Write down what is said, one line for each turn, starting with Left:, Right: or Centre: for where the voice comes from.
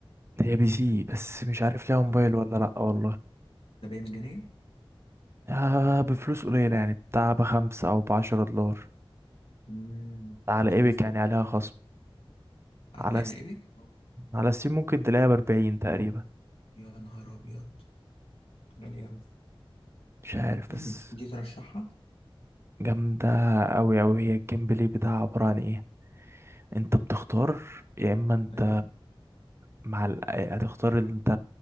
Right: هي بي سي بس مش عارف ليها موبايل
Left: آه.
Right: ولا لأ والله
Left: ده بقى مجانية
Right: آه بفلوس قليلة يعني بتاع بخمسة أو بعشرة دولار
Left: امم
Right: على
Left: دي
Right: ايبك
Left: على ستيم
Right: يعني عليها
Left: صح
Right: خصم
Left: على
Right: على س...
Left: ايبك
Right: على ستيم ممكن تلاقيها بأربعين تقريبا
Left: يا نهار ابيض غالية اوي
Right: مش عارف
Left: يعني
Right: بس
Left: دي ترشحها
Right: جامدة أوي أوي هي الجيم بلاي بتاعها عبارة عن ايه انت بتختار يا اما انت
Left: ايوه
Right: مع ال... هتختار اللي انت